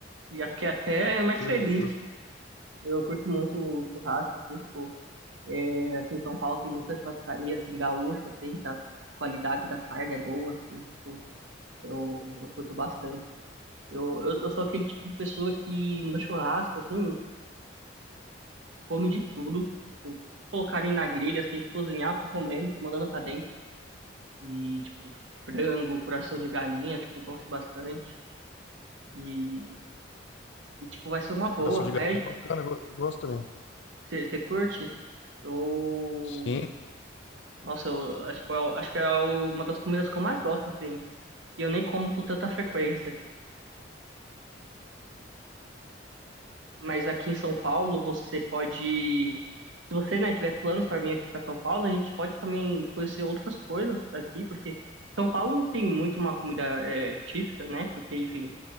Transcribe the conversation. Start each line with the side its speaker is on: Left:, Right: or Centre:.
Right: já fiquei até mais
Left: Eu
Right: feliz.
Left: gosto-
Right: Eu curto muito o churrasco, assim, tipo, é, aqui em São Paulo tem muita churrascaria, assim, gaúcha, assim, que a qualidade da carne é boa, assim, tipo, eu, eu curto bastante. Eu, eu, eu sou aquele tipo de pessoa que no churrasco, assim, come de tudo. Tipo, colocarem na grelha, assim, cozinhar, tô comendo, tô mandando pra dentro. E, tipo, frango, coração de galinha, tipo, gosto bastante. E, e tipo, vai ser uma boa.
Left: Coração de galinha
Right: Aí,
Left: é bacana, eu go- eu gosto também.
Right: você curte? Eu,
Left: Sim.
Right: Nossa, eu, é, tipo, eu acho que é uma das comidas que eu mais gosto, assim. E eu nem como com tanta frequência. Mas aqui em São Paulo, você pode. Se você, né, tiver planos para vir aqui para São Paulo, a gente pode também conhecer outras coisas aqui, porque São Paulo não tem muito uma comida é, típica, né? Porque, enfim,